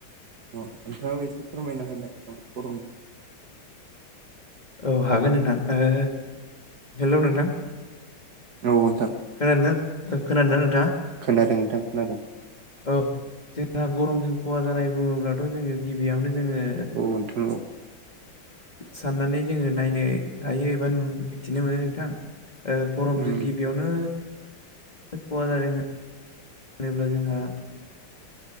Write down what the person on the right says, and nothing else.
अ नोंथाङाबो एसे फोरमायना होनागोन नामा गरमखौ।
औ नोंथां।
खोनादों नोंथां खोनादों।
औ नोंथां औ
उम